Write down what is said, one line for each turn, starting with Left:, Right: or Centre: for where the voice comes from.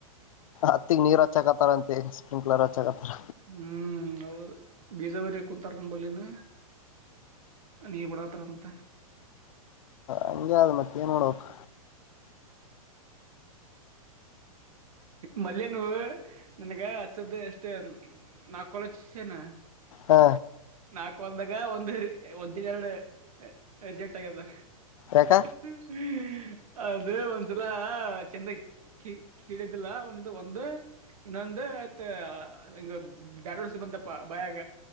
Left: ಅತ್ತಿಗ್ ನೀರ್ ಹಚ್ಚಕತ್ತಾರ ಅಂತೆ ಸ್ಪ್ರಿಂಕ್ಲರ್ ಹ ಚಕತ್ತರ
Right: ಹ್ಮ್ ಹದು ಬೀಜಾವುರಿ ಕುಂತಾರ ನಂಬಲ್ಲಿಿನ ನೀವ ಕಡತರ ಅಂತ
Left: ಹಂಗೆ ಅದು ಮತ್ತೇನ್ ನೋಡಕ್
Right: ಮಲ್ಯ ನೂ ನನ್ಗ ಹಚ್ಚದ ಎಷ್ಟು ಮಟೆ ನ ಕಲೇಜ ಸನಾ
Left: ಹ
Right: ನಾಕ್ಲ್ದಾಗ ಒಂದ್ ಒಂದಿನ ಎರಡು ರಿಜೆಕ್ಟ್ ಆಗ್ಯದ
Left: ಯಾಕ
Right: ಹ್ಮ ಹ್ಮ್ ಅದು ಒಂದ್ಸಲ ಚೆಂದಾಗ ಕಿ ಕಿಡಿದಿಲ್ಲ ಒ ಒಂದು ಇನ್ನೊಂದು ಆಯ್ತ ಹಂಗ ಡ್ಯಾಡೋಡ್ ಸಿ ಬಂತಪ್ಪ ಬಾಯಾಗ.